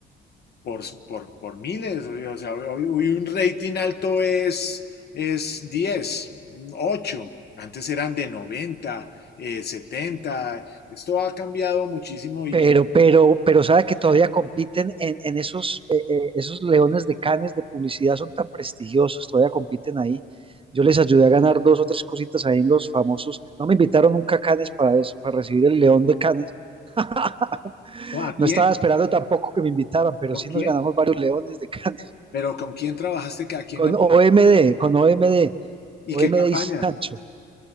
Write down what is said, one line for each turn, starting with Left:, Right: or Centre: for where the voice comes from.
Left: por, por, por miles. O sea, hoy, un rating alto es, es diez ocho Antes eran de 90 eh, 70. Esto ha cambiado muchísimo y
Right: Pero, pero, pero sabe que todavía compiten en, en esos, eh, eh, esos leones de Cannes de publicidad, son tan prestigiosos, todavía compiten ahí. Yo les ayudé a ganar dos o tres cositas ahí en los famosos. No me invitaron nunca a Cannes para, eso, para recibir el león de Cannes. <laughs>
Left: ¿no? ¿a quién?
Right: No estaba esperando tampoco que me invitaran, pero
Left: ¿Con
Right: sí
Left: quién?
Right: nos ganamos varios leones de Cannes.
Left: Pero ¿con quién trabajaste? ¿A quién?
Right: Con
Left: hay?
Right: OMD, con OMD,
Left: ¿Y qué
Right: OMD
Left: campaña?
Right: y Sancho.